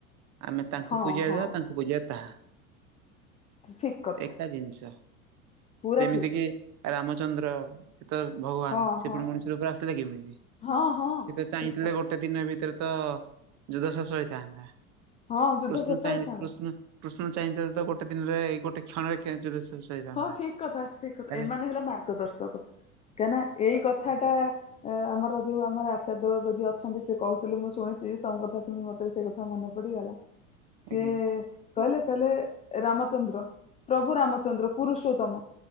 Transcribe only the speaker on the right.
ଆମେ ତାଙ୍କୁ
ପୂଜା
ଦବା ତାଙ୍କୁ ପୂଜିଆ ତାହା।
ଏକା ଜିନିଷ
ଯେମିତି
କିି ରାମଚନ୍ଦ୍ର। ସେ ତ ଭଗବାନ
ସେ
ପୁଣି ମଣିଷ ରୂପରେ ଆସିଥିଲେ କିମିତି।
ସିଏ ତ ଚାହିଁଥିଲେ
ଗୋଟେ ଦିନ ଭିତରେ ତ ଯୁଦ୍ଧ ଶେଷ ହୋଇଥାନ୍ତା।
କୃଷ୍ଣ
ଚାହିଁ
କୃଷ୍ଣ କୃଷ୍ଣ ଚାହିଁଥିଲେ ତ ଗୋଟେ ଦିନରେ ଗୋଟେ କ୍ଷଣରେ ଖେ ଯୁଦ୍ଧ ଶେଷ ହେଇଥାନ୍ତା।
ତାହେଲେ
ଆଜ୍ଞା